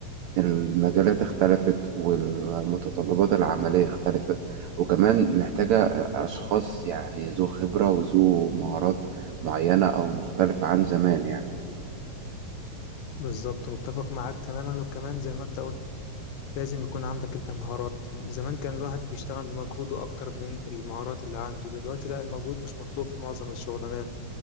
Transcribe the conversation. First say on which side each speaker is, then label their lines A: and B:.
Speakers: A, on the right; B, on the left.
A: المجالات اختلفت والمتطلبات العملية اختلفت وكمان محتاجة أشخاص يعني ذو خبرة وذو مهارات معينة أو مختلفة عن زمان يعني
B: بالظبط متفق معاك تماما وكمان زي ما انت قلت لازم يكون عندك انت مهارات زمان كان الواحد بيشتغل بمجهوده اكتر من المهارات اللي عنده دلوقتي لا المجهود مش مطلوب في معظم الشغلانات